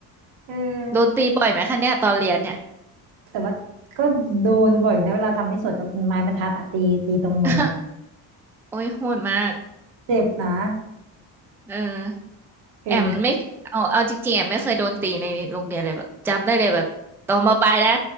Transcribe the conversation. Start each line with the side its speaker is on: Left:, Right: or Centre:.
Right: เออ
Centre: โดนตีบ่อยไหมคะเนี่ยตอนเรียนเนี่ย
Right: แต่ว่าก็โดนบ่อยนะเวลาทำไม่สวยต้องเป็นไม้บรรทัดอะตีตีตรงมืออะ
Centre: <laughs> โอ้ยโหดมาก
Right: เจ็บนะ
Centre: เออ
Right: เออ
Centre: แอมไม่เอาเอาจริงๆแอมไม่เคยโดนตีในโรงเรียนเลยแบบจำได้เลยแบบตอนมปลายนะ